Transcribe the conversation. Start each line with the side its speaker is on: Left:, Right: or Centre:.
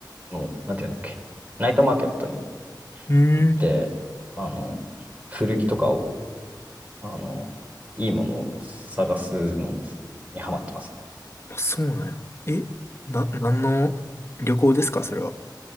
Right: の、なんていうんだっけ、ナイトマーケットに
Left: うーん。
Right: 行って、あの、古着とかを、あの、いいものを探すのにハマってますよ。
Left: あ、そうなんや。え、な、何の旅行ですかそれは。